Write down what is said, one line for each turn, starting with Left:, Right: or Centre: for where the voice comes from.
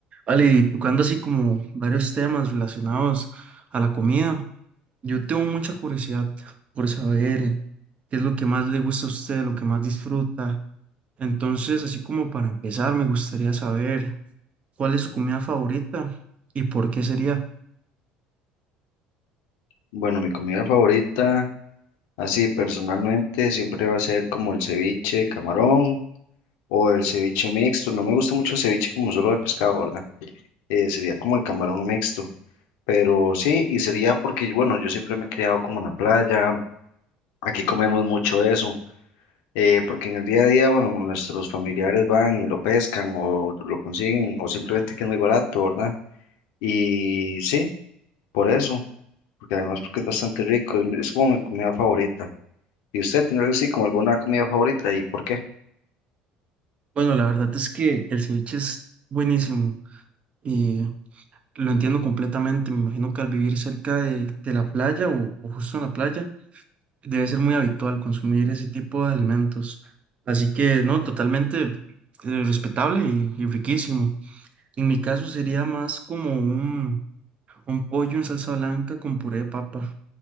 Right: Vale, y tocando así como varios temas relacionados a la comida, yo tengo mucha curiosidad por saber eh, qué es lo que más le gusta a usted, lo que más disfruta. Entonces, así como para empezar, me gustaría saber cuál es su comida favorita y por qué sería.
Left: Bueno, mi comida favorita, así personalmente, siempre va a ser como el ceviche de camarón o el ceviche mixto. No me gusta mucho el ceviche como solo de pescado, ¿verdad? Eh, sería como el camarón mixto. Pero sí, y sería porque, bueno, yo siempre me he criado como en la playa, aquí comemos mucho eso, eh, porque en el día a día, bueno, nuestros familiares van y lo pescan o lo consiguen o simplemente que es muy barato, ¿verdad? Y sí, por eso, porque además porque es bastante rico, es, es como mi comida favorita. ¿Y usted tiene algo así como alguna comida favorita y por qué?
Right: Bueno, la verdad es que el ceviche es buenísimo y lo entiendo completamente. Me imagino que al vivir cerca de, de la playa o o justo en la playa, debe ser muy habitual consumir ese tipo de alimentos. Así que, no, totalmente eh, respetable y, y riquísimo. En mi caso sería más como un, un pollo en salsa blanca con puré de papa.